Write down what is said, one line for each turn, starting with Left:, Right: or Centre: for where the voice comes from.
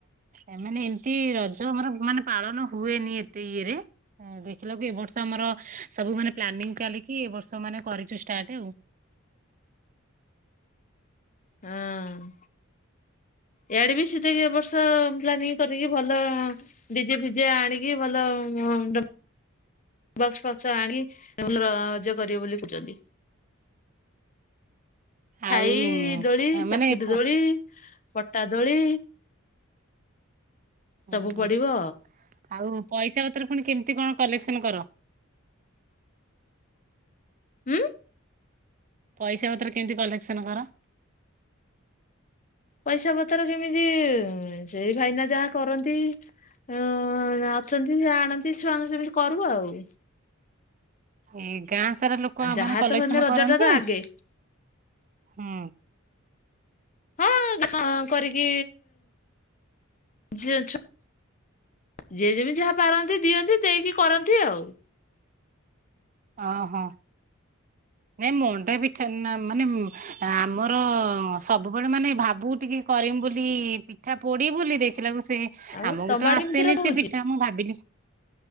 Right: ଏ ମାନେ ଏମିତି ର ଜ ଆମର ମାନେ ପାଳନ ହୁଏନି ଏ ତେ ଇଏରେ ଏଁ ଦେ ଥିଲ କି ଏ ବର୍ଷ ଆମର ସବୁ ମାନେ ପ୍ଲାନିଂ ଚାଲିକି ଏ ବର୍ଷ ମାନେ କରିଚୁ ଟାଟେ ଆଉ।
Left: ହଁ ୟାଡ଼େ ବି ଦିକ୍ ଏ ବର୍ଷ ପ୍ଲାନିଂ କରିକି ଭଲ ଡିଜେ ଫିଜେ ଆଣିକି ଭଲ ଡ ବକ୍ସ ଫକ୍ସ ଆଣି ଏବଲ ରଜ କରିବେ ବୋଲି କହୁଚନ୍ତି। ଖାଇ
Right: ଆଉ
Left: ଦୋଳି
Right: ଆଉ ମାନେ
Left: ଚକିରି
Right: ପ-
Left: ଦୋଳି ପଟା ଦୋଳି ସବୁ
Right: ଓହୋ।
Left: ପଡ଼ିବ।
Right: ଆଉ ପଇସା ପତ୍ର ଫୁଣି କେମିତି କଣ କଲେକ୍ସନ କର।
Left: ଉଁ?
Right: ପଇସା ପତ୍ର କେମତି କଲେକ୍ସନ କର?
Left: ପଇସା ପତ୍ର କେମିତି ଉଁ ସେଇ ଭାଇନା ଯାହା କରନ୍ତି। ଓ ଅଛନ୍ତି ଜାଣନ୍ତି ଛୁଆଙ୍କୁ ସେମିତି କରୁ ଆଉ।
Right: ଏଉ ଗାଁ ସାରା ଲୋକ
Left: ଆଉ
Right: ଆ
Left: ଯାହା
Right: ମାନେ କଲେକ୍ସନ
Left: ତ ହେଲେ ରଜ
Right: କରନ୍ତି।
Left: ଟା ତ ଆଗେ
Right: ହୁଁ।
Left: ହଁ କ କରିକି ଝିଅ ଛୁଆ ଯିଏ ଯେମିତି ଯାହା ପାରନ୍ତି ଦିଅନ୍ତି ଦେଇକି କର ନ୍ତି ଆଉ।
Right: ଓ ହଁ ନାଇ ମଣ୍ଡା ପିଠା ନାଁ ମାନେ ଆମର ସବୁବେଳେ ମାନେ ଭାବୁ ଟିକେ କରିବୁ ବୋଲି, ପିଠା ପୋଡିବୁ ବୋଲି ଦେଇଥିଲା ସେ
Left: ଆଉ
Right: ଆମକୁ
Left: ତମ
Right: ତ
Left: ଆଡେ
Right: ଆସେନି
Left: କେମିତି ରଜ
Right: ସେ
Left: ହଉଛି?
Right: ପିଠା, ମୁଁ ଭାବିଲି